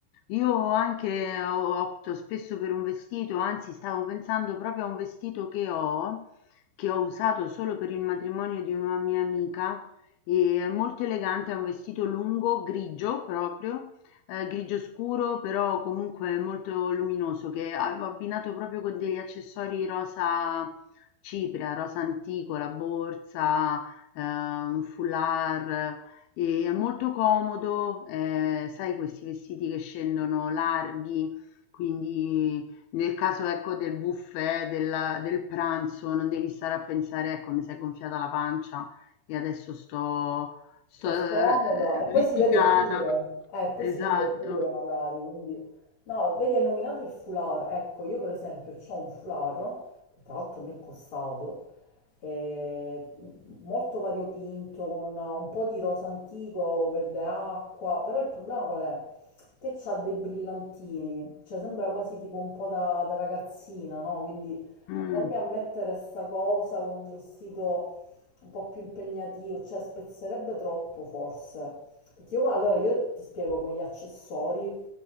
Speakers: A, on the left; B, on the left.
A: io anche o- opto spesso per un vestito, anzi stavo pensando proprio a un vestito che ho, che ho usato solo per il matrimonio di una mia amica, e è molto elegante, è un vestito lungo, grigio proprio, eh, grigio scuro, però comunque molto luminoso, che avevo abbinato proprio con degli accessori rosa cipria, rosa antico, la borsa, eh, un foulard. E è molto comodo, ehm, sai questi vestiti che scendono larghi, quindi nel caso, ecco, del buffet, della del pranzo, non devi stare a pensare: "Ecco, mi s'è gonfiata la pancia e adesso sto sto
B: Sto
A: r
B: scomoda e
A: risicata".
B: poi si vede pure, eh, poi
A: Esatto.
B: si vede pure magari, quindi... No, vedi, hai nominato il foulard, ecco, io per esempio ho un foulard, che tra l'altro mi è costato, eh, molto variopinto, con un po' di rosa antico, verde acqua, però il problema qual è? Che c'ha dei brillantini, cioè sembra quasi tipo un po' da, da ragazzina, no? Quindi
A: Mh.
B: andarmi a mettere sta cosa con un vestito un po' più impegnativo, cioè spezzerebbe troppo forse. Perché io, allora io ti spiego con gli accessori,